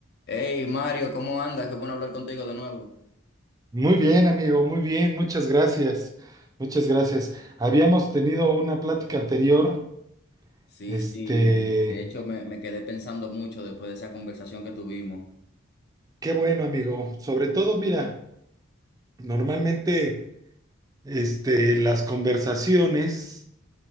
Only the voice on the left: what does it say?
Hey Mario, ¿cómo andas? Qué bueno hablar contigo de nuevo.
Sí,
sí, de hecho me, me quedé pensando mucho después de esa conversación que tuvimos.